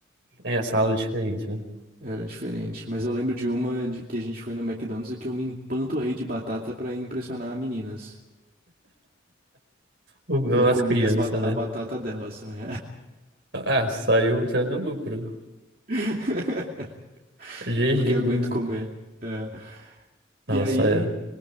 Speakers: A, on the right; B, on the right.
A: É, essa aula é diferente, né?
B: Era diferente. Mas eu lembro de uma de que a gente foi no McDonald's e que eu me empanturrei de batata pra impressionar as meninas.
A: O-
B: Eu comi
A: As crianças,
B: as bat-
A: né?
B: a batata delas também.
A: Ah, saiu, saiu no lucro.
B: <laughs>
A: GG,
B: Porque eu aguento
A: easy.
B: comer. É. E
A: Nossa,
B: aí,
A: é.